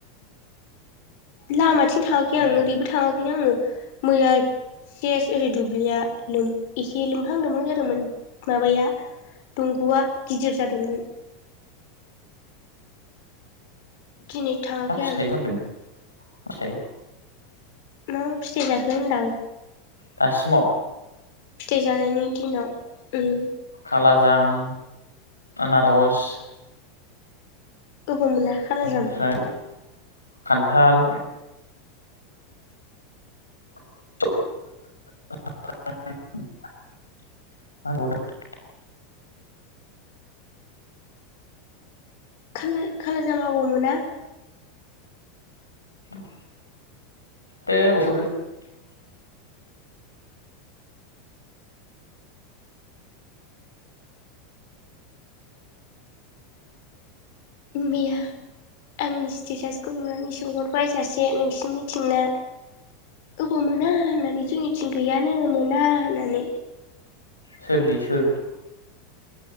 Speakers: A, on the left; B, on the left.
A: लामाथिं थाङाखै
B: मारै
A: आं ओरैबो थाङाखैनो आङो मैया सेस ओरै दुब्लिया लोम इसे लोमहां लोमहां जादोंमोन माबाया दंग'आ गिदिर जादोंमोन दिनै थाङाखै
B: मा फिथाइ
A: आं
B: मोनदों मा फिथाइ
A: मा फिथाइ जाखो होनदां
B: दासिमाव
A: फिथाइ जानायनि दिनाव ओम
B: खालाजाम आनारस
A: गोबाव मोना खालाजाम।
B: ओमफ्राय खान्थाल <inaudible>
A: खा खालाजाम आबाव मोना?
B: <unintelligible>
A: मैया आंनि स्टेटासखौ नुनानै सोंहरबाय सासे नोंसिरनिथिंना अबाव मोना होननानै जोंनिथिं गैयानो मोना होननानै।
B: सोर बि सोर